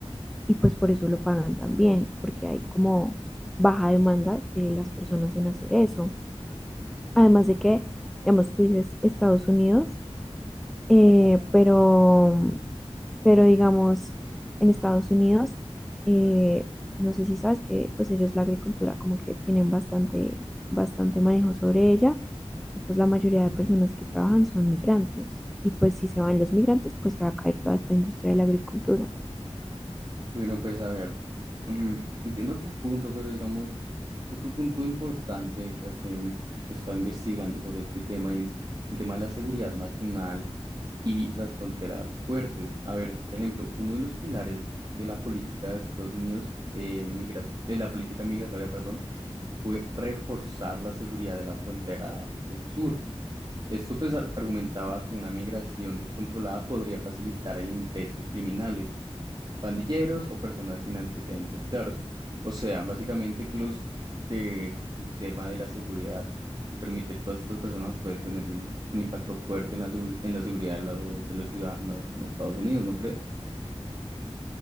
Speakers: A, in the centre; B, on the right.
A: y pues por eso lo pagan también, porque hay como baja demanda de las personas en hacer eso. Además de que, digamos, tú dices Estados Unidos. Eh, pero, pero digamos, en Estados Unidos, eh, no sé si sabes que pues ellos la agricultura como que tienen bastante, bastante manejo sobre ella y pues la mayoría de personas que trabajan son migrantes y pues si se van los migrantes pues se va a caer toda esta industria de la agricultura.
B: Bueno, pues a ver, ujú, entiendo tu punto, pero digamos, otro punto importante acá que he estado investigando sobre este tema es el tema de la seguridad nacional y las fronteras fuertes. A ver, por ejemplo, uno de los pilares de la política de Estados Unidos, eh, migra- de la política migratoria, perdón, fue reforzar la seguridad de la frontera del sur. Esto pues ar- argumentaba que una migración descontrolada podría facilitar el ingreso de criminales pandilleros o personas sin antecedentes claros. O sea, básicamente que los que el tema de la seguridad, el permitir todas estas personas puede tener un, un impacto fuerte en la, seguri- en la seguridad de los, de los ciudadanos en Estados Unidos, ¿no crees?